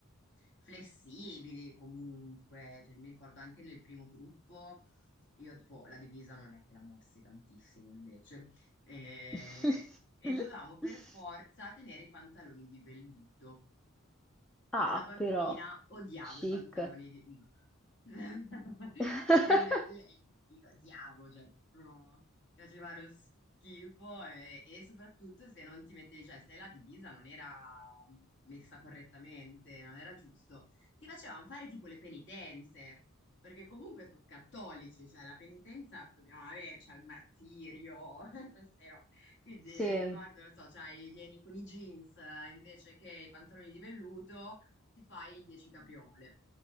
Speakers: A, on the left; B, in the centre.
A: flessibili comunque, cioè, mi ricordo anche nel primo gruppo, io tipo la divisa non è che la mossi tantissimo invece, eh,
B: <laughs>
A: e dovevamo per forza tenere i pantaloni di velluto. Io
B: Ah,
A: da bambina
B: però,
A: odiavo
B: chic.
A: i pantaloni di... no. <laughs>
B: <laughs>
A: Io li, li- li odiavo, cioè proprio mi facevano schifo e, e soprattutto se non ti mettevi, cioè se la divisa non era messa correttamente, non era giusto, ti facevano fare tipo le penitenze, perché comunque sono cattolici, cioè la penitenza dobbiamo averci al martirio, <laughs> queste robe. Quindi
B: Sì,
A: mi ricordo, non so, c'hai i vieni con i jeans eh, invece che i pantaloni di velluto ti fai 10 capriole.